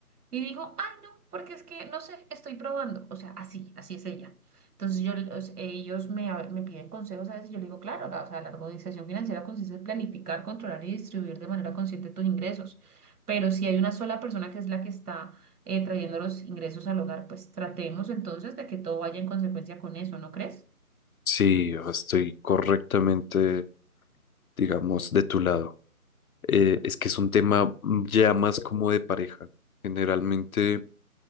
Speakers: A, on the right; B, on the left.
A: Y dijo, ay, no, porque es que, no sé, estoy probando. O sea, así, así es ella. Entonces yo, o sea, ellos me, a- me piden consejos a veces, yo le digo, claro, la, o sea, la organización financiera consiste en planificar, controlar y distribuir de manera consciente tus ingresos. Pero si hay una sola persona que es la que está eh, trayendo los ingresos al hogar, pues tratemos entonces de que todo vaya en consecuencia con eso, ¿no crees?
B: Sí, estoy correctamente, digamos, de tu lado. Eh, es que es un tema ya más como de pareja. Generalmente